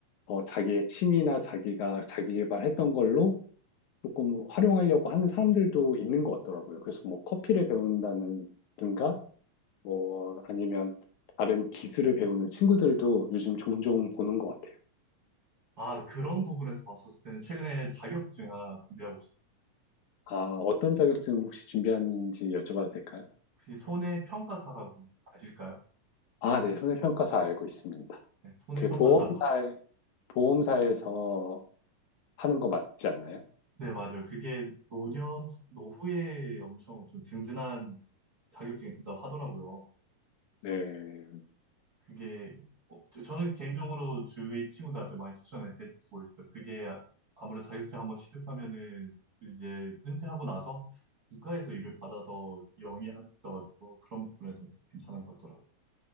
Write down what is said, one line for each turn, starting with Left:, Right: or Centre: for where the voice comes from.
Left: 어, 자기의 취미나 자기가 자기 개발했던 걸로 조금 활용하려고 하는 사람들도 있는 것 같더라고요. 그래서 뭐 커피를 배운다든가 뭐 아니면 다른 기술을 배우는 친구들도 요즘 종종 보는 것 같아요.
Right: 아, 그런 부분에서 봤었을 때는 최근에 자격증 하나 준비하고 있어요.
Left: 아, 어떤 자격증 혹시 준비하는지 여쭤봐도 될까요?
Right: 혹시 손해평가사라고 아실까요?
Left: 아, 네, 손해평가사 알고 있습니다.
Right: 네, 손해평가사가.
Left: 그 보험사, 보험사에서 하는 거 맞지 않나요?
Right: 네, 맞아요. 그게 노년, 노후에 엄청 좀 든든한 자격증이 된다고 하더라고요.
Left: 네.
Right: 그게 어, 저- 저는 개인적으로 주위 친구들한테 많이 추천을 해주고 있어요. 그게 아, 아무래도 자격증 한번 취득하면은 이제 은퇴하고 나서 국가에서 일을 받아서 영위할 수 있어가지고 그런 부분에서 괜찮은 것 같더라고요.